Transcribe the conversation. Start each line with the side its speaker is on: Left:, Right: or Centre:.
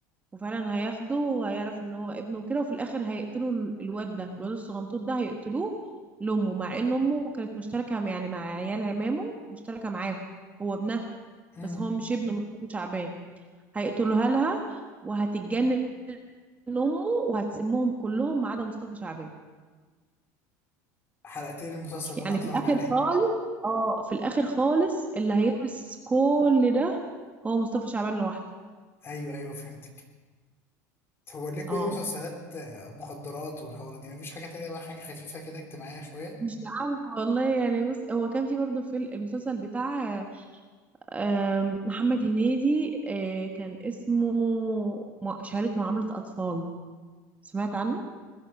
Right: وفعلا هياخده وهيعرف ان هو ابنه وكده وفي الاخر هيقتلوا ال- الواد ده الواد الصغنطوط ده هيقتلوه لامه مع ان امه كانت مشتركه مع- يعني مع عيال عمامه مشتركه معاهم هو ابنها
Left: امم
Right: بس هو مش ابنه مصطفى شعبان هيقتلوها لها وهتتجنن امه وهتسمهم كلهم ما عدا مصطفى شعبان
Left: حلقتين المسلسل اللي انا
Right: يعني
Left: هتفرج
Right: في الاخر
Left: عليه
Right: خالص اه في الاخر خالص اللي هيورث كل ده هو مصطفى شعبان لوحده
Left: ايوه ايوه فهمتك هو ليه كل
Right: اه
Left: مسلسلات آه، مخدرات والحوارات دي مفيش حاجه تانية بقى حاجه خفيفه كده اجتماعيه شويه
Right: مش عارفه والله يعني بص هو كان في برضه في المسلسل بتاع آم، محمد هنيدي آه، كان اسمه مع- شهادة معاملة أطفال سمعت عنه؟